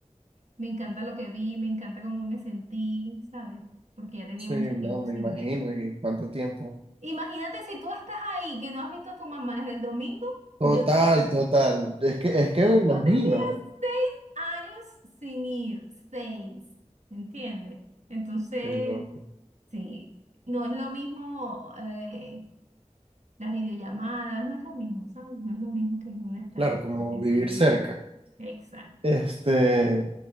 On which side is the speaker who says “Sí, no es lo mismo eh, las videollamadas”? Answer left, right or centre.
Right